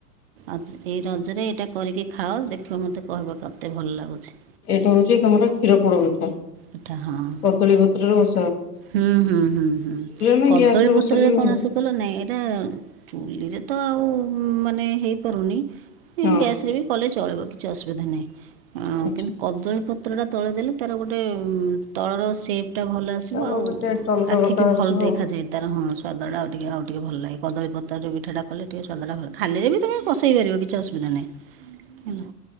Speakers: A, on the right (about 40°); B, on the left (about 70°).
A: ଆଉ ଏଇ ରଜରେ ଏଇଟା କରିକି ଖାଅ ଦେଖିବ ମୋତେ କହିବ କେତେ ଭଲ ଲାଗୁଛି।
B: ଏଇଟା ହଉଛି ତମର କ୍ଷୀର ପୋଡ ପିଠା
A: ପିଠା ହଁ
B: କଦଳୀପତ୍ରରେ ବ
A: ହୁଁ ହୁଁ ହୁଁ ହୁଁ।
B: ନା
A: କଦଳୀ
B: ଗ୍ୟାସ ରେ
A: ପତ୍ରରେ
B: ବସିଲେ ବି
A: କଣ
B: ହବ
A: ଆସେ କହିଲ ନାଇଁ ଏଇଟା ଚୁଲିରେ ତ ଆଉ ମାନେ ହେଇପାରୁନି ଇ
B: ହଁ
A: ଗ୍ୟାସ ରେ ବି କଲେ ଚଳେଇବ କିଛି ଅସୁବିଧା ନାହିଁ ଆ
B: ଆଛା
A: କିନ୍ତୁ କଦଳୀ ପତ୍ର ଟା ତଳେ ଦେଲେ ତାର ଗୋଟେ ତଳର ସେପ୍ ଟା ଭଲ ଥିବୁ
B: ତାର
A: ଆଉ
B: ଗୋଟେ ଟେଷ୍ଟ ଅଲଗା
A: ଆଖିକି
B: ପ୍ରକାର
A: ଭଲ
B: ଆସିବ
A: ଦେଖାଯାଏ ତାର ହଁ ସ୍ୱାଦ ଟା ଆ ଟିକେ ଆଉ ଟିକେ ଭଲ ଲାଗେ କଦଳୀପତ୍ରରେ ପିଠାଟା କଲେ ଟିକେ ସ୍ୱାଦ ଭଲ ଖାଲିରେ ବି ତମେ ବସେଇ ପାରିବ କିଛି ଅସୁବିଧା ନାହିଁ। ହେଲା